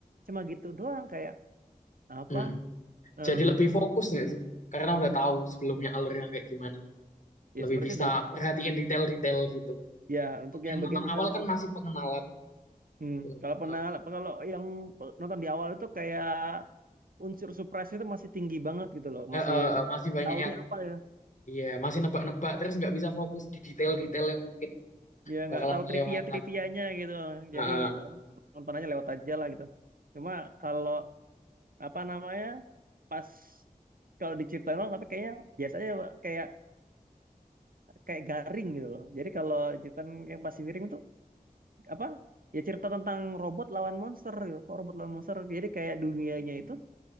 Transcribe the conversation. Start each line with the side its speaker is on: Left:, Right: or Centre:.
Right: cuma gitu doang kayak apa
Left: mm.
Right: em,
Left: Jadi lebih fokus nggak sih? Karena udah tahu sebelumnya alurnya kayak gimana.
Right: ya
Left: Lebih
Right: sebenarnya
Left: bisa
Right: udah laku.
Left: merhatiin detail-detail gitu.
Right: ya untuk yang
Left: yang
Right: bagian
Left: nonton
Right: detail
Left: awal
Right: itu
Left: kan masih pengenalan
Right: hmm.
Left: belum
Right: kalau
Left: belum.
Right: pernah kalau yang pe- nonton di awal itu kayak unsur surprise itu masih tinggi banget gitu loh
Left: Eh,
Right: masih
Left: eh, eh, masih banyak
Right: tahu
Left: yang
Right: nih apa ya
Left: iya masih nebak-nebak terus nggak bisa fokus di detail-detail yang mungkin
Right: ya
Left: bakalan
Right: nggak tahu
Left: kelewatan
Right: trivia trivianya gitu
Left: Eh,
Right: jadi
Left: eh.
Right: ya apa, nonton aja lewat aja lah gitu cuma kalau apa namanya pas kalau diceritain orang tapi kayaknya biasanya kayak kayak garing gitu loh. Jadi kalau Jepang yang pasti Wiring itu apa? Ya cerita tentang robot lawan monster gitu. Kok robot lawan monster. Jadi kayak dunianya itu